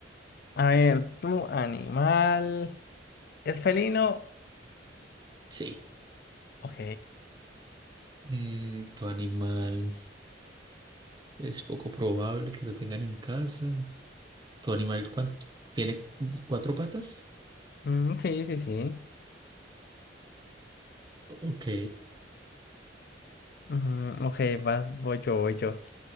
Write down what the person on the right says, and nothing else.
sí.
Mm, ¿Tu animal es poco probable que lo tengan en casa? ¿Tu animal cuánto? ¿Tiene cuatro patas?
Ok,